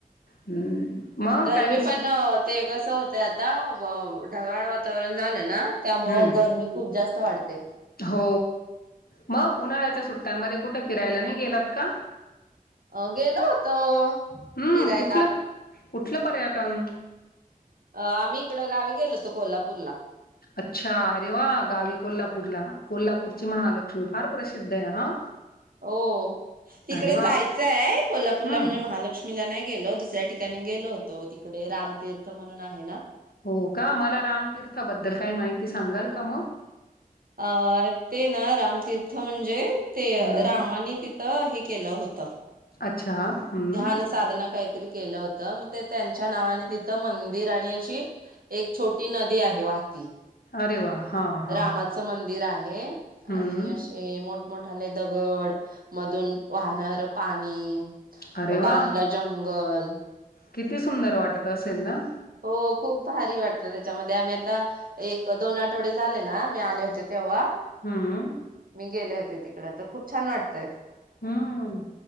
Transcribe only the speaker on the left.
हम्म. मग
काही
हम्म
हो मग उन्हाळ्याच्या सुट्ट्यांमध्ये कुठे फिरायला नाही गेलात का.
हम्म
कुठलं कुठलं पर्यटन
अच्छा अरे वा गावी कोल्हापूरला, कोल्हापूरची महालक्ष्मी फार प्रसिद्ध आहे हा.
अरे वा
हम्म
हो का, मला रामतीर्था बद्दल काही माहिती सांगाल का मग?
हम्म
अच्छा. हम्म
अरे वा. हा हा
हम्म
अरे वा,
किती सुंदर वाटत असेल ना.
हम्म
हम्म